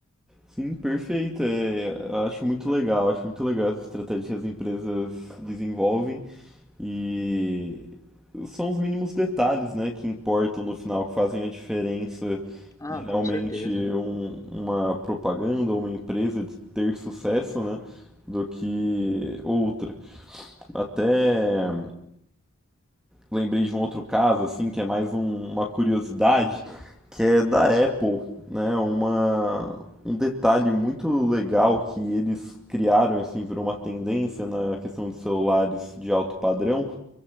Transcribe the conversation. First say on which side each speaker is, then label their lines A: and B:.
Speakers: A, in the centre; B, on the left (about 15°).
A: sim, perfeito. É, acho muito legal, acho muito legal essa estratégia que as empresas desenvolvem e são os mínimos detalhes, né, que importam no final, que fazem a diferença
B: Ah,
A: de realmente
B: com certeza.
A: um- uma propaganda ou uma empresa de ter sucesso, né, do que outra. Até lembrei de um outro caso, assim, que é mais um- uma curiosidade, que é da Apple, né? Uma, um detalhe muito legal que eles criaram, assim, virou uma tendência na questão de celulares de alto padrão,